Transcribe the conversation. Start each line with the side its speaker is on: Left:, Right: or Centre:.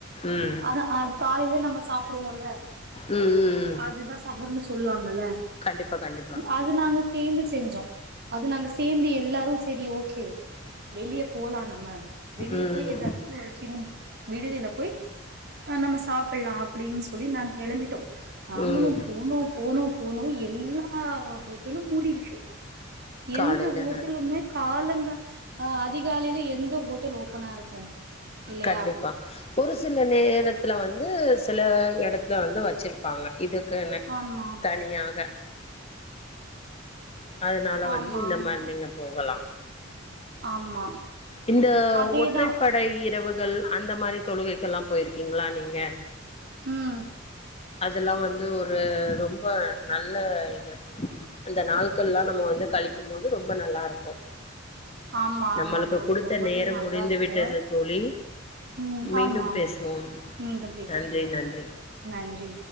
Left: ம்
Right: அதஹ் ஆ காலைல நம்ம சாப்டுவோம்ல
Left: ம் ம் ம்
Right: அதுதா சகர் னு சொல்லுவாங்கல்ல
Left: கண்டிப்பா கண்டிப்பா
Right: அது நாங்க சேந்து செஞ்சோ அது நாங்க சேந்து எல்லாரு செரி ஓகே வெளியே போலா நம்ம வெளியே
Left: ம்
Right: போய் ஏதாச்சு ஒரு சின்ன விடுதில போயி ஆ நம்ம சாப்பிட்லா அப்டின் சொல்லி நான் கெளம்பிட்டோ நாங்ளு
Left: ம்
Right: போனோ போனோ போனோ எல்லா ஹோட்டலு மூடிருக்கு எந்த
Left: காலையில
Right: ஹோட்டலுமே
Left: நேரத்துல
Right: காலங்கா அ அதிகாலைல எந்த ஹோட்டல் ஓப்பனா இருக்கு இல்லையா
Left: கண்டிப்பா ஒரு சில நேரத்துல வந்து சில இடத்துல வந்து வெச்சுருப்பாங்க இதுக்குனு
Right: ஆமா
Left: தனியாக அதனால
Right: ஆமா
Left: வந்து இந்த
Right: ஆமா
Left: மாரி நீங்க போகலா
Right: ஆமா
Left: இந்த
Right: அதேதா
Left: ஒற்றைப்படை இரவுகள் அந்த மாரி தொழுகைக்கு எல்லா போயிருக்கீங்களா நீங்க
Right: ம்
Left: அதெல்லா வந்து ஒரு ரொம்ப நல்ல இது அந்த நாட்கள் எல்லா நம்ம வந்து கழிக்கும் போது ரொம்ப நல்லா இருக்கு
Right: ஆமா ஆமா
Left: நம்மளுக்கு
Right: தோழி
Left: குடுத்த
Right: ரொம்பவே
Left: நேரம்
Right: நல்லா
Left: முடிந்து
Right: இருக்கு
Left: விட்டது தோழி
Right: உம்
Left: மீண்டும்
Right: ஆமா ஆம்
Left: பேசுவோம்
Right: மீண்டும் பேசலா
Left: நன்றி
Right: தோழி
Left: நன்றி
Right: நன்றி